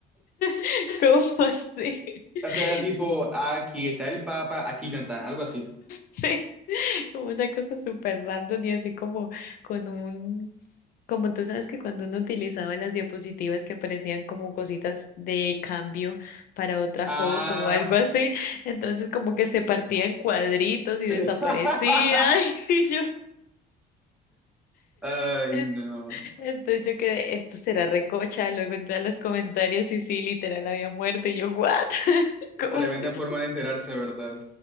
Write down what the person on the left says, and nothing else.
<laughs> ¿Cómo así?
<laughs>
Sí, como una cosa súper random y así como con un Como tú sabes que cuando uno utilizaba las diapositivas que parecían como cositas de cambio para otra
foto o algo así, entonces como que se partía en cuadritos y desaparecía.
<laughs> Y yo,
en-
entonces yo quedé, esto será recocha. Luego entré a los comentarios y sí, literal había muerto. Y yo, ¿what? <laughs> ¿Cómo
así?